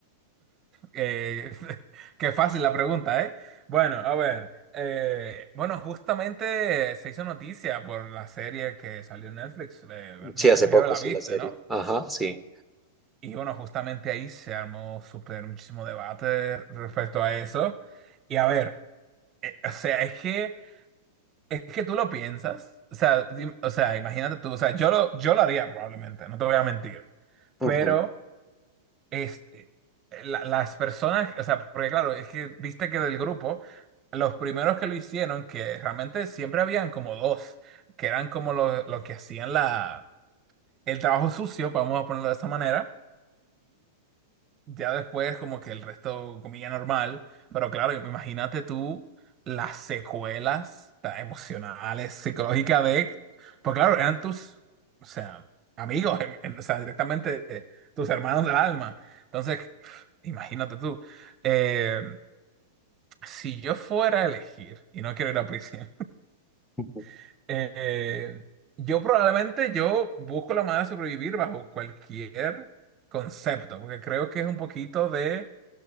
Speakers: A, on the right (about 30°); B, in the centre.
A: Eh, <laughs> qué fácil la pregunta, ¿eh? Bueno, a ver. eh, bueno, justamente se hizo noticia por la serie que salió en Netflix. eh,
B: Sí,
A: no,
B: hace
A: me imagino
B: poco,
A: que la
B: sí,
A: viste,
B: la serie.
A: ¿no?
B: Ajá, sí.
A: Y bueno, justamente ahí se armó súper muchísimo debate respecto a eso. Y a ver, eh, o sea, es que, es que tú lo piensas. O sea, di- o sea, imagínate tú. O sea, yo lo, yo lo haría probablemente, no te voy a mentir. Pero.
B: Ujú,
A: este, la- las personas, o sea, porque claro, es que viste que del grupo, los primeros que lo hicieron, que realmente siempre habían como dos, que eran como los los que hacían la, el trabajo sucio, vamos a ponerlo de esa manera, ya después, como que el resto comía normal, pero claro, imagínate tú las secuelas ta- emocionales, psicológicas de, pues claro, eran tus, o sea, amigos, en- en- o sea, directamente eh, tus hermanos del alma. Entonces, <sniffs> imagínate tú, eh, si yo fuera a elegir, y no quiero ir a prisión,
B: ujú.
A: <laughs> eh, yo probablemente yo busco la manera de sobrevivir bajo cualquier concepto, porque creo que es un poquito de